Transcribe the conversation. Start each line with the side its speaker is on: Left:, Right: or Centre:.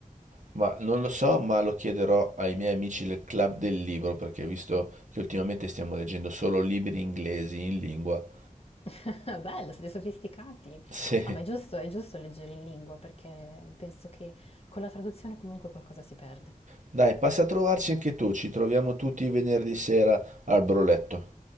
Right: ma non lo so, ma lo chiederò ai miei amici del club del libro, perché visto che ultimamente stiamo leggendo solo libri inglesi in lingua. <laughs>
Left: <laughs> Ah, Bello, siete sofisticati.
Right: Sì.
Left: Ah, ma è giusto, è giusto leggere in lingua perché penso che con la traduzione comunque qualcosa si perde.
Right: Dai, passa a trovarci anche tu, ci troviamo tutti venerdì sera al broletto.